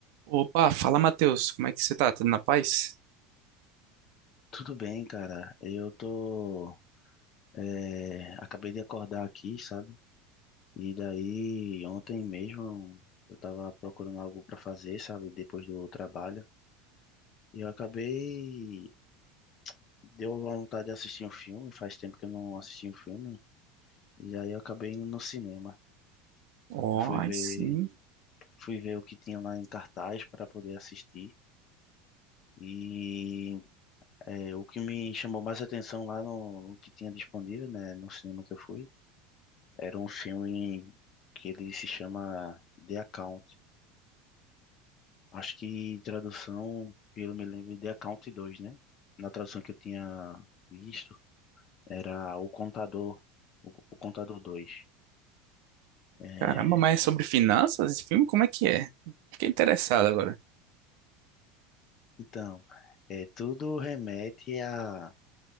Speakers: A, on the right; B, on the left.
A: Opa, fala Matheus, como é que você tá? Tudo na paz?
B: Tudo bem, cara. Eu tô. é, acabei de acordar aqui, sabe? E daí, ontem mesmo, eu tava procurando algo pra fazer, sabe? Depois do trabalho. E eu acabei. Deu a vontade de assistir um filme. Faz tempo que eu não assisti um filme. E daí, eu acabei indo no cinema.
A: Ó,
B: Eu fui
A: aí
B: ver,
A: sim.
B: fui ver o que tinha lá em cartaz para poder assistir. E é, o que me chamou mais atenção lá no, no que tinha disponível, né? No cinema que eu fui. Era um filme que ele se chama The Account. Acho que tradução, que eu me lembro, é The Account 2, né? Na tradução que eu tinha visto, era O Contador, O, o Contador dois. É,
A: Caramba, mas é sobre finanças esse filme? Como é que é? Fiquei interessado agora.
B: então, é, tudo remete a,